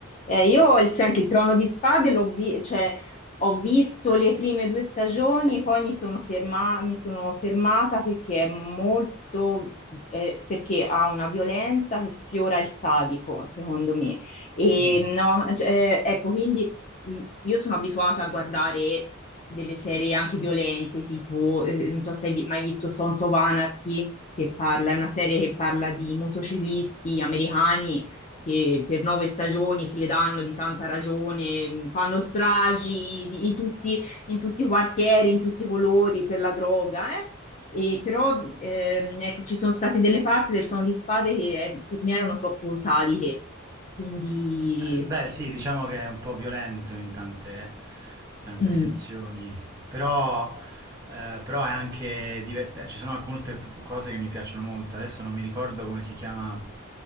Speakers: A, on the left; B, on the right.
A: Eh, io il- senti, il Trono di Spade l'ho vi- cioè, ho visto le prime due stagioni, poi mi sono ferma- mi sono fermata perché è molto, eh, perché ha una violenza che sfiora il sadico, secondo me. E
B: Mm.
A: no, cioè, eh, ecco, quindi mh, io sono abituata a guardare delle serie anche violente, tipo, eh, non so se hai vi- mai visto Sons of Anarchy, che parla, è una serie che parla di motociclisti americani che per nove stagioni se le danno di santa ragione, mh, fanno stragi di- in tutti, in tutti i quartieri, in tutti i colori per la droga, eh. E però ehm, ecco, ci sono state delle parti del Trono di Spade che eh, per me erano troppo saliche, quindi...
B: Beh, sì, diciamo che è un po' violento in tante, tante
A: Mm.
B: sezioni, però, eh, però è anche divertente. Ci sono alcune p- cose che mi piacciono molto. Adesso non mi ricordo come si chiama